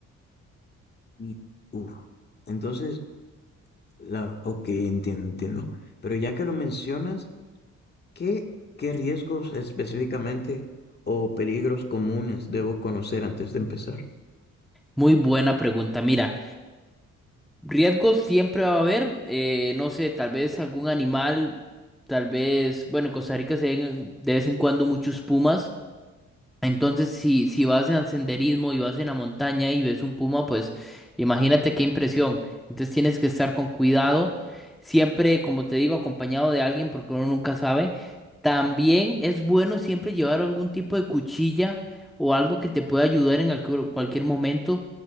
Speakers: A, on the left (about 35°); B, in the centre.
A: Y, uf. Entonces, La, ok, entiendo, entiendo. Pero ya que lo mencionas, ¿qué, qué riesgos específicamente o peligros comunes debo conocer antes de empezar?
B: Muy buena pregunta. Mira, riesgos siempre va a haber, eh, no sé, tal vez algún animal, tal vez, bueno, en Costa Rica se ven de vez en cuando muchos pumas. Entonces, si, si vas en senderismo y vas en la montaña y ves un puma, pues imagínate qué impresión. Entonces tienes que estar con cuidado, siempre, como te digo, acompañado de alguien porque uno nunca sabe. También es bueno siempre llevar algún tipo de cuchilla o algo que te pueda ayudar en alcu- cualquier momento.